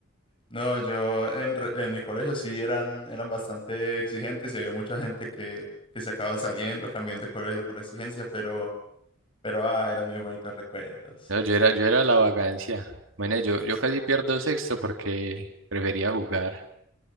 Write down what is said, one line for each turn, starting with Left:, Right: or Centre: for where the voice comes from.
Left: No, yo en, re- en mi colegio sí eran, eran bastante exigentes y había mucha gente que, que se acaba saliendo, cambiando de colegio por la exigencia, pero, pero ah, eran muy bonitos recuerdos.
Right: No, yo era, yo era la vagancia. Bueno, yo, yo casi pierdo sexto porque prefería jugar,